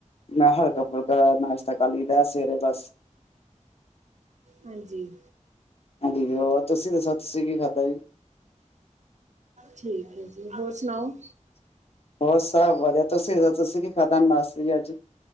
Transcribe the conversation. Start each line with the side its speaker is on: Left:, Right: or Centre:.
Left: ਮੈਂ ਹਲਕਾ, ਫੁਲਕਾ ਚਾਅ ਨਾਸ਼ਤਾ ਕਰ ਲੀ ਦਾ ਸਵੇਰੇ ਬਸ
Right: ਹਾਂਜੀ।
Left: ਹਾਂਜੀ ਹੋਰ, ਤੁਸੀਂ ਦੱਸੋ ਤੁਸੀਂ ਕੀ ਖਾਧਾ ਜੇ?
Right: ਠੀਕ ਐ ਜੀ, ਹੋਰ ਸੁਣਾਓ?
Left: ਹੋਰ ਸਭ ਵਧੀਆ। ਤੁਸੀਂ ਦਸੋ, ਤੁਸੀਂ ਕੀ ਖਾਧਾ ਨਾਸ਼ਤੇ ਚ ਅਜ?